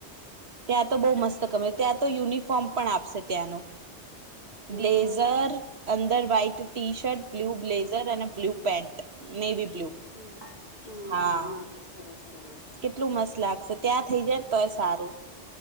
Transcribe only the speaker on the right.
ત્યાં તો બહુ મસ્ત ત્યાં તો યુનિફોર્મ પણ આપશે ત્યાંનો
બ્લેઝર
અંદર white T shirt, blue blazer અને બ્લુ પેન્ટ નેવી બ્લુ
હા
કેટલું મસ્ત લાગશે ત્યાં થઈ જાય ને તો એ સારું